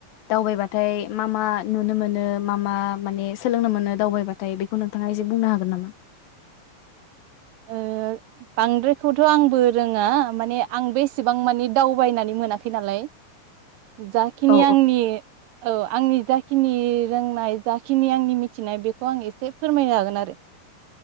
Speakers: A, on the left; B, on the right.
A: दावबायबाथाय मा मा नुनो मोनो मा मा माने सोलोंनो मोनो दावबायबाथाय बेखौ नोंथाङा एसे बुंनो हागोन नामा?
B: ओ बांद्रायखौथ आंबो रोङा माने आंबो एसेबां मानि‌ दावबायनानै मोनाखै नालाय। जाखिनि
A: औ
B: आंनि औ आंनि जाख खिनि रोंनाय जाखिनि आंनि मिथिनाय बेखौ आं एसे फोरमायनो हागोन आरो।